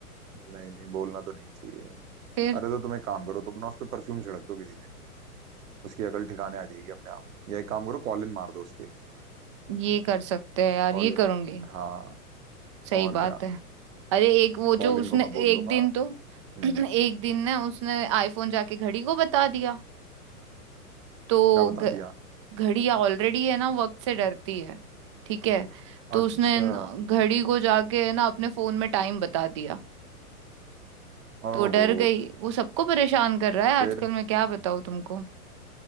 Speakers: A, on the right; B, on the right.
A: नहीं नहीं बोलना तो नहीं चाहिए
B: फिर
A: अरे तो तुम एक काम करो तुम ना उस पर परफ्यूम छिड़क दो किसी दिन उसकी अकल ठिकाने आ जाएगी अपने आप या एक काम करो कॉलिन मार दो उसके
B: ये कर सकते हैं यार
A: कॉलिन
B: ये करूंगी
A: हाँ
B: सही
A: और
B: बात
A: क्या
B: है अरे एक वो जो
A: कॉलिन
B: उसने
A: को मैं बोल
B: एक
A: दूंगा
B: दिन तो
A: हम्म
B: <clears throat> एक दिन ना उसने आईफोन जाके घड़ी को बता दिया तो
A: क्या बता
B: घ,
A: दिया
B: घड़ी ऑलरेडी है ना वक्त से डरती है ठीक है तो
A: अच्छा
B: उसने न- घड़ी को जाके है ना अपने फोन में टाइम बता दिया
A: ओहो
B: तो डर गई वो सबको परेशान कर रहा है
A: फिर
B: आजकल मैं क्या बताऊँ तुमको